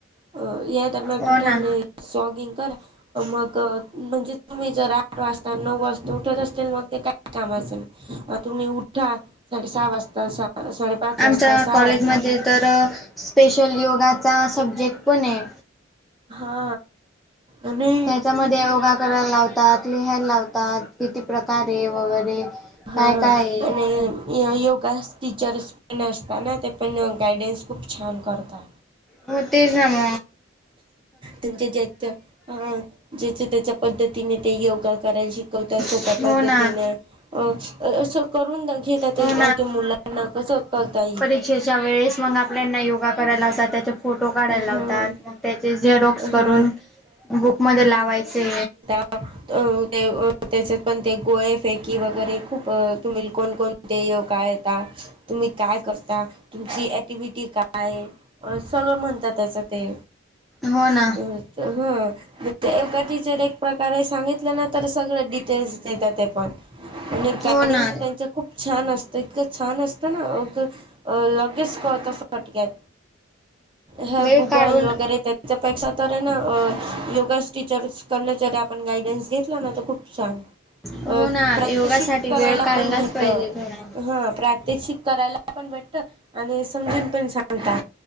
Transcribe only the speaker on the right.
अ या दरम्यान
उठा
आणि जॉगिंग करा. मग म्हणजे तुम्ही जर आठ वाजता नऊ वाजता उठत असतील मग ते काय कामाचं अ तुम्ही उठा साडे सहा वाजता साडेपाच वाजता
सहा
वाजता
हा आणि
हा
आणि यो योगा टीचर्स पण असता ना ते पण गायडन्स खूप छान करता.
त्यांच्या ज्याच्या हा ज्याच्या त्याच्या पद्धतीने ते योगा करायला शिक कवताय त्या सोप्या
पद्धतीने
अ असं करून घेतात
अ ते मुलांना कसं करता येई
हा
हा
अ त्याच्यात पण ते गोळे फेकी वगैरे खूप अ तुम्ही कोण कोण ते काय आता तुम्ही काय करता तुमची ऍक्टिव्हटी काय ये. अ सगळं म्हणतात त्याचं ते
अ ह म्हजे एका टीचर एक प्रकारे सांगितलं ना तर सगळं डिटेल्स देतात ते पण आणि
गायडन्स
त्यांचे खूप छान असतं इतकं छान असतं ना लगेच कळत फटक्यात. ह
गुगल
वगैरे त्यात त्याच्यापेक्षा तर आहे ना योगास टीचर् कडना जर आपण गायडन्स घेतला ना तर खूप छान.
अ
प्रात्यक्षिक
करायला
पण भेटत
हा प्रात्यक्षिक करायला पण भेटत आणि समजून पण सांगता